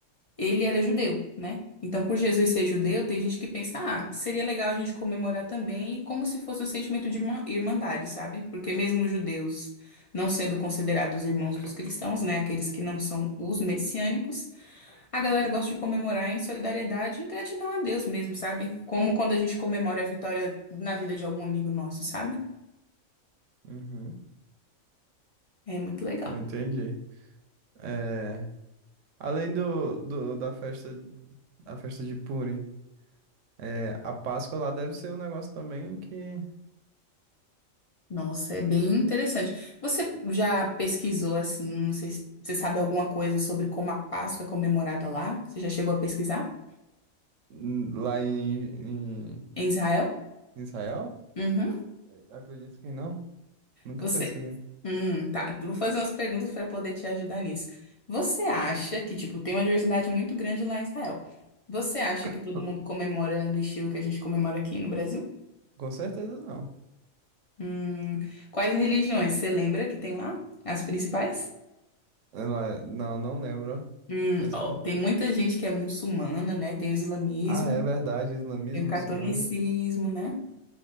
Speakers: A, on the left; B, on the right.
A: Ele era judeu, né? Então, por Jesus ser judeu, tem gente que pensa, ah, seria legal a gente comemorar também, e como se fosse um sentimento de irmã- irmandade, sabe? Porque mesmo os judeus não sendo considerados irmãos dos cristãos, né? Aqueles que não são os messiânicos, a galera gosta de comemorar em solidariedade e em gratidão a Deus mesmo, sabe? Como quando a gente comemora a vitória na vida de algum amigo nosso, sabe?
B: Uhum,
A: É muito legal.
B: eu entendi. É, além do, do- da festa, a festa de Purim, é, a Páscoa lá deve ser um negócio também que
A: Nossa, é bem interessante. Você já pesquisou assim, não sei se você sabe alguma coisa sobre como a Páscoa é comemorada lá? Você já chegou a pesquisar?
B: hum, lá em, em
A: Em Israel?
B: Israel?
A: Uhum.
B: Acredito que não. Nunca
A: Você.
B: pesquisei.
A: Hum, tá. Vou fazer umas perguntas para poder te ajudar nisso. Você acha que, tipo, tem uma diversidade muito grande lá em Israel? Você acha que todo
B: <laughs>
A: mundo comemora no estilo que a gente comemora aqui no Brasil?
B: Com certeza não.
A: Hum, quais religiões você lembra que tem lá? As principais?
B: Ela, não, não lembro
A: Hum,
B: as
A: ó, tem muita gente que é muçulmana, né? Tem o islamismo.
B: Ah, é verdade, islamismo
A: Tem o catolicismo,
B: muçulmano.
A: né?